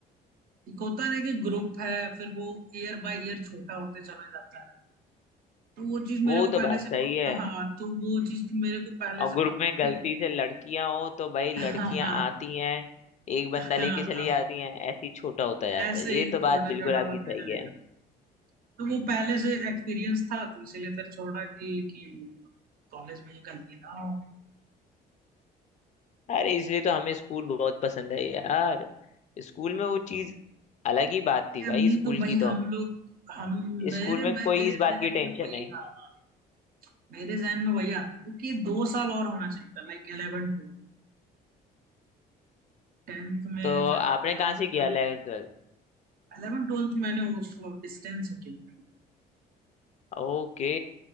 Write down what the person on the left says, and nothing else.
वो
तो
बात
सही
है
और
ग्रुप
में
गलती से लड़कियां हो तो भाई
लड़कियां आती हैं एक बंदा
लेके चली जाती हैं ऐसे ही छोटा होता जाता
है ये
तो बात
बिल्कुल
आपकी
सही
है
अरे इसलिए तो हमें स्कूल बहुत पसंद है यार स्कूल में वो चीज अलग ही बात
थी भाई
स्कूल
की तो
स्कूल में
कोई
इस बात
की टेंशन
नहीं
तो
आपने
कहाँ से
किया 11th ट्वेल्थ
ओके